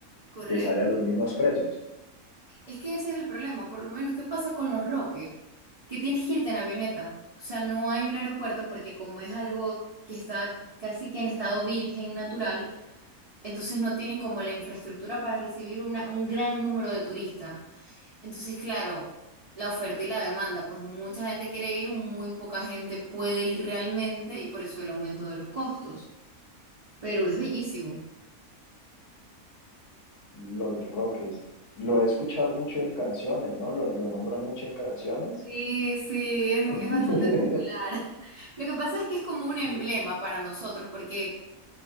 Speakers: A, on the right; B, on the left.
A: ¿Correcto?
B: y te sale a los mismos precios.
A: Es que ese es el problema, por lo menos, ¿qué pasa con Los Roques? Que tienes que irte en avioneta, o sea, no hay un aeropuerto porque como es algo que está casi que en estado virgen natural, entonces no tienen como la infraestructura para recibir una- un gran número de turistas. Entonces, claro, la oferta y la demanda, pues mucha gente quiere ir, muy poca gente puede ir realmente y por eso el aumento de los costos. Pero es bellísimo.
B: Los Roques, lo he escuchado mucho en canciones, ¿no? Lo, lo nombran mucho en canciones.
A: Sí, sí, es, mu-
B: <laughs>
A: es bastante popular. <laughs> Lo que pasa es que es como un
B: Sí.
A: emblema para nosotros, porque